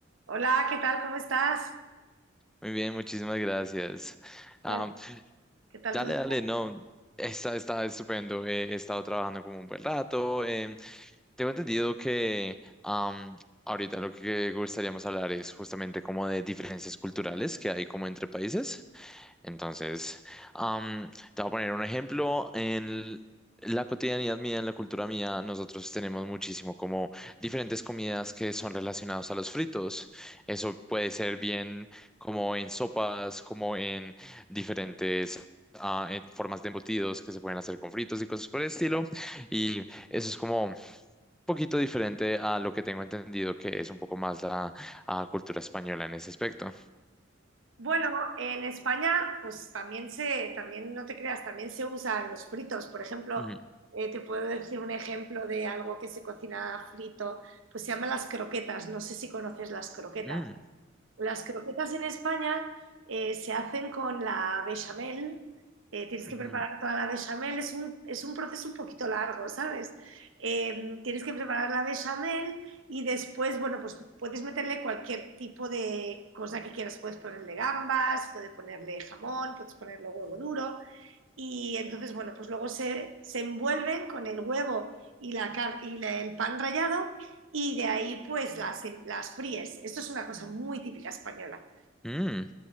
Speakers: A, on the right (about 90°); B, in the centre.
A: Hola, ¿qué tal? ¿Cómo estás?
B: Muy bien, muchísimas gracias. Am,
A: ¿Qué tal? ¿Qué tal
B: dale,
A: tu-
B: dale, no, está, está estupendo. eh, He, estado trabajando como un buen rato. em, tengo entendido que am, ahorita lo que gustaríamos hablar es justamente como de diferencias culturales que hay como entre países. Entonces, am, te voy a poner un ejemplo. En la cotidianidad mía, en la cultura mía, nosotros tenemos muchísimo como diferentes comidas que son relacionadas a los fritos. Eso puede ser bien como en sopas, como en diferentes... ah, en formas de embutidos que se pueden hacer con fritos y cosas por el estilo. Y eso es como poquito diferente a lo que tengo entendido, que es un poco más la ah, cultura española en ese aspecto.
A: Bueno, en España, pues también se, también no te creas, también se usan los fritos. Por ejemplo,
B: Mm,
A: eh, te puedo decir un ejemplo de algo que se cocina frito, pues se llama las croquetas. No sé si conoces las croquetas.
B: mm,
A: Las croquetas en España eh, se hacen con la bechamel. eh, tienes
B: mm,
A: que preparar toda la bechamel. Es un, es un proceso un poquito largo, ¿sabes? Eh, tienes que preparar la bechamel y después, bueno, pues puedes meterle cualquier tipo de cosa que quieras. Puedes ponerle gambas, puedes ponerle jamón, puedes ponerle huevo duro y entonces, bueno, pues luego se, se envuelven con el huevo y, la, car- y la- el pan rallado y de ahí pues las, las fríes. Esto es una cosa muy típica española.
B: mm.